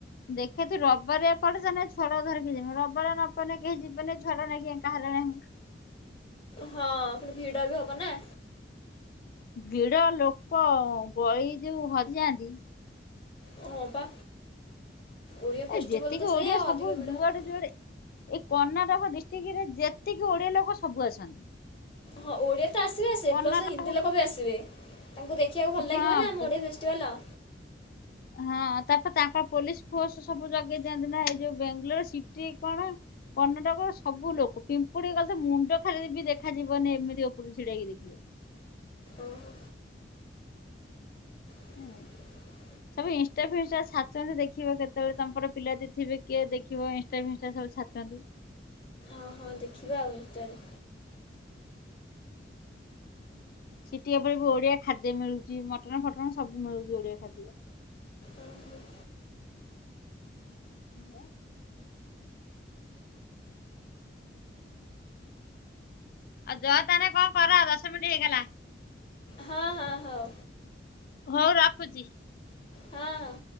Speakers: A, on the left (about 55°); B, on the left (about 30°).
A: ଦେଖିଆ ତୁ ରବିବାରିଆ ପଡେ ତାହାନେ ଏ ଛୁଆ ଧରିକି ଯିବି ରବିବାର ନ ପଡେ କେହି ଯିବେନେଇ ଏଛୁଆଟାକୁ ନେଇ ଏକା ହାଇରାଣ ହେମି।
B: ହଁ ପୁଣି ଭିଡ ବି ହବ ନା?
A: ଭିଡ ଲୋକ ଗଳି ଯୋଉ ହଜିଯାଆନ୍ତି
B: ହଁ ପା ଓଡିଆ ଫେଷ୍ଟିଭାଲ୍
A: ଏ ଯେତିକି
B: ତ ସେଇଆ
A: ଓଡିଆ ସବୁ
B: ଅଧିକ ଭିଡ
A: ଯୁଆଡେ
B: ହେବେ।
A: ଯୁଆଡେ ଏଇ କର୍ଣ୍ଣାଟକ ଡିଷ୍ଟିକ୍ ରେ ଯେତିକି ଓଡିଆ ଲୋକ ସବୁ ଆସନ୍ତି।
B: ହଁ ଓଡିଆ ତ ଆସିବେ ଆସିବେ
A: କର୍ଣ୍ଣାଟକ
B: ପ୍ଲସ ହିନ୍ଦୀ ଲୋକ ବି ଆସିବେ ତାଙ୍କୁ ଦେଖିବାକୁ ଭଲ ଲାଗିବ
A: ହଁ
B: ନା ଆମ ଓଡିଆ ଫେସ ଚେଲ।
A: ହଁ ତାପରେ ତାଙ୍କର ପୋଲିସ ଫୋର୍ସ ସବୁ ଜଗେଇ ଦିଅନ୍ତି ନା ଏଇ ଯୋଉ ବେଙ୍ଗଲୋର ସିଟି କଣ କର୍ଣ୍ଣାଟକର ସବୁ ଲୋକ ପିମ୍ପୁଡି ଗଲେ ମୁଣ୍ଡ ଖାଲି ବି ଦେଖାଯିବନି ଏମିତି ଓପରୁ ଛିଡାହେଇକି ଦେଖିବେ।
B: ଓହୋ।
A: ଦେଖିବେ।
B: <inaudible>
A: ସବୁ ଇଷ୍ଟା ଫିଷ୍ଟା ଛାଡିଛନ୍ତି ଦେଖିବ କେତେବେଳେ ତମ ପଟ ପିଲା ଯଦି ଥିବେ କିଏ ଦେଖି ଖିବ ଇନଷ୍ଟା ଫିଷ୍ଟା ସବୁ ଛାଡ଼ିଛନ୍ତି।
B: ହଁ ହଁ ଦେଖିବା ଆଉ ଇଷ୍ଟାରେ।
A: ସିଟି ଓପରେ ବି ଓଡିଆ ଖାଦ୍ୟ ମିଳୁଛି ମଟନ ଫଟନ ସବୁ ମିଳୁଛି ଓଡିଆ ଖାଦ୍ୟ।
B: ଉଁ, ହୁଁ।
A: ମୁଁ ଆଉ ଜଅ ତାହାନେ କଣ କର ଦଶ ମିଣ୍ଟି ହେଇଗଲା।
B: ହଁ, ହଁ, ହଉ।
A: ହଉ ରଖୁଛି।
B: ହଁ ହଁ